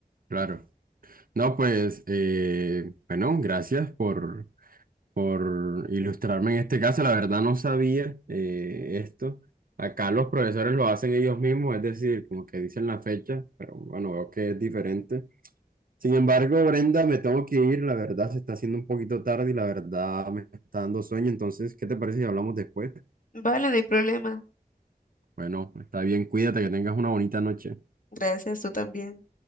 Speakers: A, on the right (about 65°); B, on the left (about 55°).
A: Claro. No, pues, eh, bueno, gracias por, por ilustrarme en este caso. La verdad no sabía eh, esto. Acá los profesores lo hacen ellos mismos, es decir, como que dicen la fecha, pero bueno, veo que es diferente. Sin embargo, Brenda, me tengo que ir, la verdad se está haciendo un poquito tarde y la verdad me está dando sueño, entonces, ¿qué te parece si hablamos después?
B: Vale, no hay problema.
A: Bueno, está bien, cuídate, que tengas una bonita noche.
B: Gracias, tú también.